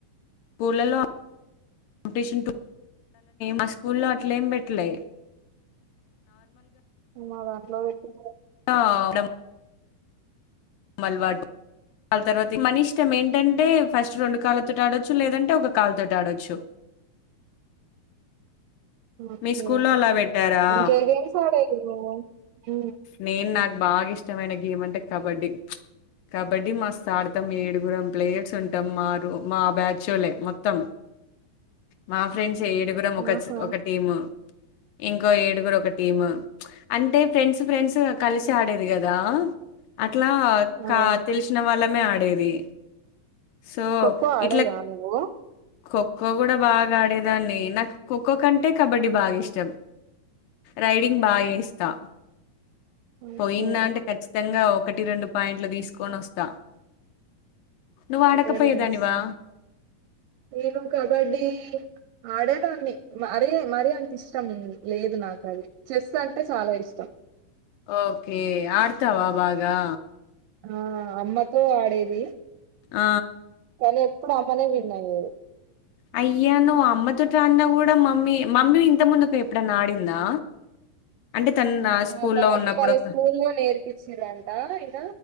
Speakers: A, on the left; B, on the right.
A: స్కూలలో కాంపిటీషన్ మా స్కూల్లో అట్లే ఏం పెట్లే
B: మదా ఇట్ల వేత్తలే
A: ఆ నం మల్వాడు వాళ్ళ తర్వాత మన ఇష్టం ఏంటంటే ఫస్ట్ రెండు కాళ్ళతోటి ఆడొచ్చు లేదంటే ఒక కాలుతోటి ఆడొచ్చు
B: ఓకే
A: మీ స్కూల్లో అలా పెట్టారా
B: ఇంకేగేమ్స్ ఆడేది ఓ ఉ
A: నేను నాకు బాగా ఇష్టమైన గేమ్ అంటే కబడ్డీ కబడ్డీ మస్తు ఆడు మొం ఏడుగురం ప్లేయర్స్ ఉం మారు మా బ్యాచొల్లె మొత్తం మా ఫ్రెండ్స్ ఏడుగురుము ఒకచ్
B: ఆహా
A: ఒక టీము ఇంకో ఏడుగురు ఒక టీము అంటే ఫ్రెండ్స్ ఫ్రెండ్స్ కలిసి ఆడేది కదా ఇట్లా కా
B: అవును
A: తెలిసిన వాళ్ళ మే ఆడేది సో
B: ఖోఖో ఆడేదా
A: ఇట్లా
B: నువ్వు
A: ఖోఖో కూడా బాగా ఆడేదాన్ని నాకు ఖోఖో కంటే కబడ్డీ బాగా ఇష్టం రైడింగ్ బాగా చేస్తా పోయింద
B: ఓకే
A: అంటే ఖచ్చితంగా ఒకటి రెండు పాయింట్లు తీసుకొని వస్తా నువ్వు ఆడకపోయేదానివా
B: వెరీ నైస్ నేను కబడ్డీ ఆడేదాన్ని మరి మరి అంత ఇష్టం లేదు నాకు అది చెస్ అంటే చాలా ఇష్టం
A: ఓకే ఆడతావా బాగా
B: ఆ అమ్మతో ఆడేది
A: ఆ
B: కానీ ఎప్పుడు అమ్మనే విన్ అయ్యేది
A: అయ్యా నువు అమ్మతోటి ఆడిన కూడా మమ్మీ మమ్మీ ఇంత ముందు ఎప్పుడనా ఆడిందా అంటే తను నా స్కూల్లో
B: ఆ తనకి
A: ఉన్నప్పుడు
B: వాళ్ళ
A: ఒక
B: స్కూల్లో నేర్పించిరంట ఇక